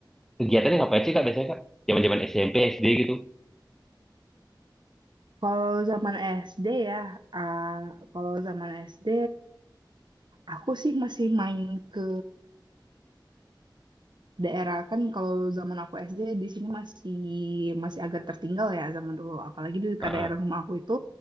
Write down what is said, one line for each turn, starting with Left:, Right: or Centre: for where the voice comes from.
Centre: kegiatannya ngapain sih Kak biasanya Kak? Zaman-zaman SMP, SD gitu.
Right: Kalau zaman SD ya, ah, kalau zaman SD, aku sih masih main ke daerah kan. Kalau zaman aku SD di sini masih masih agak tertinggal ya zaman dulu. Apalagi di
Centre: Heeh.
Right: ke daerah rumah aku itu